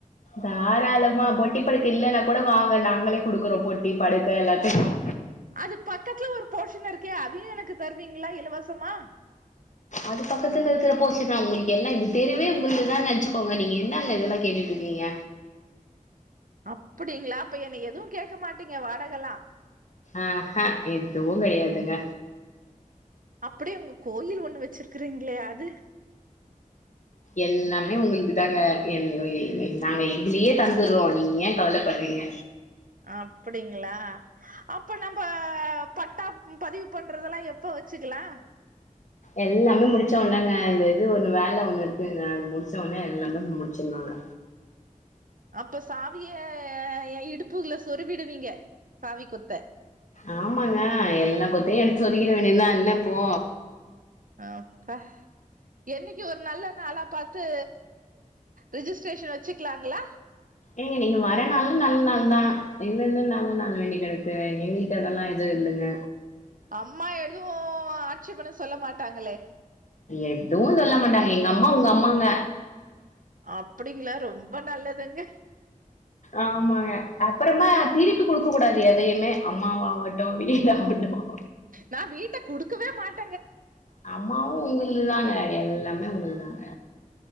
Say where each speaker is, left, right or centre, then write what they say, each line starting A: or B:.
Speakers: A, on the left (about 60°); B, on the right (about 75°).
A: தாராளமா பொட்டி படுக்க இல்லன்னா கூட வாங்க நாங்களே குடுக்குறோம் பொட்டி படுக்க எல்லாத்தையும்
B: அது பக்கத்துல ஒரு போஷன் இருக்கே அதியும் எனக்கு தருவீங்களா இலவசமா
A: அது பக்கத்துல இருக்கிற போஷன்தா உங்களுக்கு எல்லா இந்த தெருவே உங்களுதான் நெனச்சிக்கோங்க நீங்க என்னங்க இதெல்லாம் கேட்டுட்டு இருக்கீங்க
B: அப்டிங்களா அப்ப என்ன எதுவும் கேக்க மாட்டீங்க வாடகலாம்
A: ஆஹ எதுவும் கெடயாதுங்க
B: அப்படே உங்க கோயில் ஒண்ணு வச்சிருக்கறீங்களே அது
A: எல்லாமே உங்களுக்கு தாங்க என்ன உலி நாங்க எங்களயே தந்துறோம் நீங்க ஏன் கவலப்படறீங்க
B: அப்டிங்களா அப்ப நம்போ பட்டா பதிவு பண்றதெல்லாம் எப்ப வச்சிக்கிலா
A: எல்லாமே முடிச்ச உனங்க இந்த இது ஒண்ணு வேல ஒண்ணு இருக்குங்க அத முடிச்ச ஒன்னே எல்லாமே முடிச்சிருலாங்க
B: அப்ப சாவிய என் இடுப்புக்குல சொருவிடுவீங்க சாவி கொத்த
A: ஆமாங்க எல்லா கொத்தையும் எடுத்து சொறிகிட வேண்டியதுதா என்ன இப்போ
B: அக்கா என்னக்கி ஒரு நல்ல நாளா பாத்து ரிஜிஸ்ட்ரேஷன் வச்சிக்கலாங்களா
A: ஏங்க நீங்க வர நாள்லா நல்ல நாள் தா இதுல என்ன நல்ல நாளு வேண்டி கெடக்கு எங்களுக்கு அதெல்லா எதும் இல்லங்க
B: அம்மா எதுவும் ஆட்சி பண்ண சொல்ல மாட் டாங்களே
A: எதுவும் சொல்ல மாட்டாங்க எங்க அம்மா உங்க அம்மாங்க
B: அப்டிங்களா ரொம்ப நல்லதுங்க
A: ஆமாங்க அப்புறமா திருப்பி குடுக்க கூடாது எதையுமே அம்மாவாகட்டும் வீடாயாகட்டும்
B: நான் வீட்ட குடுக்கவே மாட்
A: அம்மாவும் உங்களுதுதாங்க எல்லா மே உங்கள்தாங்க